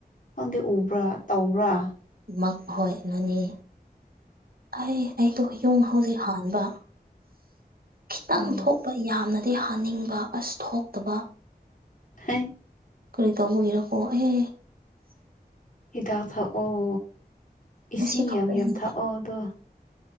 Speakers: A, on the left (about 50°); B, on the right (about 65°).
A: ꯈꯪꯗꯦ ꯎꯕ꯭ꯔꯥ ꯇꯧꯕ꯭ꯔꯥ
B: ꯃꯈꯣꯢ ꯅꯣꯅꯤ ꯑꯩ ꯑꯩꯗꯣ ꯌꯨꯡ ꯍꯧꯖꯤꯛ ꯍꯥꯟꯕ ꯈꯤꯇꯪ
A: ꯎꯝ
B: ꯊꯣꯛꯄ ꯌꯥꯝꯅ ꯗꯤ ꯍꯥꯅꯤꯡꯕ ꯑꯁ ꯊꯣꯛꯇꯕ
A: ꯍꯥꯏ
B: ꯀꯔꯤ ꯇꯧꯕꯒꯤꯔꯀꯣ ꯑꯦ
A: ꯍꯤꯗꯥꯛ ꯊꯥꯛꯑꯣ ꯏꯁꯤꯡ
B: ꯉꯁꯤ ꯈꯛꯇꯅꯤ
A: ꯌꯥꯝ ꯌꯥꯝ ꯊꯥꯛꯑꯣ ꯑꯗꯣ